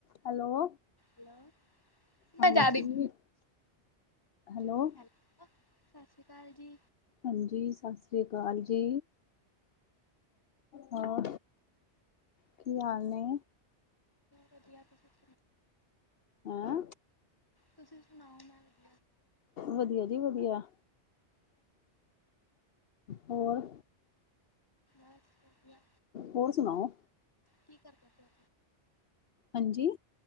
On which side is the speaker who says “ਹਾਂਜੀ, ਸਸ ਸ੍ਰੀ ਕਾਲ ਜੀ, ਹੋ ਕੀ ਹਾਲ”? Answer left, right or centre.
Left